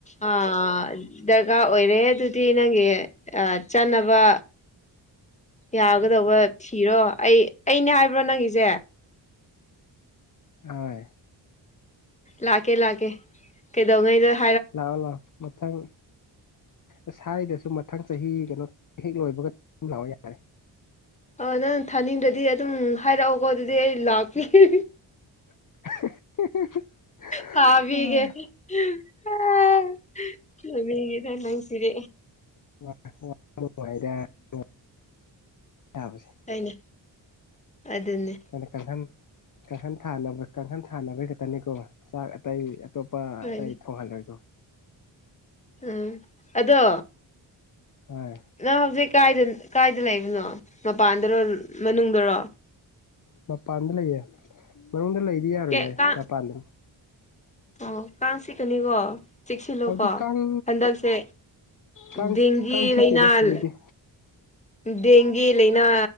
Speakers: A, on the left; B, on the left.
A: ꯑꯥ ꯗꯔꯀꯥꯔ ꯑꯣꯏꯔꯦ ꯑꯗꯨꯗꯤ ꯅꯪꯒꯤ ꯑꯥ ꯆꯥꯟꯅꯕ ꯌꯥꯒꯗꯧꯕ ꯊꯤꯔꯣ ꯑꯩ ꯑꯩꯅꯦ ꯍꯥꯢꯕ꯭ꯔꯣ ꯅꯪꯒꯤꯖꯦ
B: ꯑꯣꯢ
A: ꯂꯥꯛꯀꯦ ꯂꯥꯛꯀꯦ ꯀꯩꯗꯧꯉꯩ ꯔꯥ
B: ꯂꯥꯛꯑꯣ ꯂꯥꯛꯑꯣ ꯃꯊꯪ ꯑꯁ ꯍꯥꯢꯗꯁꯨ ꯃꯊꯪ ꯆꯍꯤ ꯀꯩꯅꯣ ꯍꯦꯛ ꯂꯣꯢꯕꯒ ꯑꯗꯨꯝ ꯂꯥꯛꯑꯣ ꯌꯥꯔꯦ
A: ꯑꯣ ꯅꯪ ꯊꯥꯅꯤꯡꯗꯗꯤ ꯑꯗꯨꯝ ꯍꯥꯢꯔꯛꯑꯣꯀꯣ ꯑꯗꯨꯗꯤ ꯑꯩ ꯂꯥꯛꯄꯤꯀꯦ
B: <unintelligible>
A: ꯊꯥꯕꯤꯒꯦ
B: ꯎꯝ
A: <unintelligible>
B: <unintelligible>
A: ꯑꯩꯅꯦ ꯑꯗꯨꯅꯤ
B: ꯅꯪꯅ ꯀꯥꯡꯈꯟ ꯀꯥꯡꯈꯟ ꯊꯥꯅꯕ ꯀꯥꯡꯈꯟ ꯊꯥꯅꯕꯩ ꯈꯛꯇꯅꯤꯀꯣ ꯆꯥꯛ ꯑꯇꯩ ꯑꯇꯣꯞꯄ
A: ꯍꯣꯏꯅꯦ
B: ꯑꯇꯩ ꯊꯣꯡꯍꯜꯂꯣꯢꯀꯣ
A: ꯎꯝ ꯑꯗꯣ
B: ꯍꯣꯏ
A: ꯅꯪ ꯍꯧꯖꯤꯛ ꯀꯥꯢꯗ ꯀꯥꯢꯗ ꯂꯩꯕꯅꯣ ꯃꯄꯥꯟꯗꯔꯣ ꯃꯅꯨꯡꯗꯔꯣ
B: ꯃꯄꯥꯟꯗ ꯂꯩꯌꯦ ꯃꯅꯨꯡꯗ ꯂꯩꯗꯤ ꯌꯥꯔꯣꯢꯌꯦ
A: ꯀꯥꯡ
B: ꯃꯄꯥꯟꯗ
A: ꯑꯣ ꯀꯥꯡ ꯆꯤꯛꯀꯅꯤꯀꯣ ꯆꯤꯛꯁꯤꯜꯂꯨꯀꯣ
B: ꯍꯧꯖꯤꯛꯇꯤ ꯀꯥꯡ
A: ꯍꯟꯗꯛꯁꯦ
B: ꯀꯥꯡ
A: ꯗꯦꯡꯒꯤ
B: ꯀꯥꯡ ꯆꯤꯛꯇꯦꯗ
A: ꯂꯩꯅꯥꯜ
B: ꯍꯧꯖꯤꯛꯇꯤ
A: ꯗꯦꯡꯒꯤ ꯂꯩꯢꯅꯥ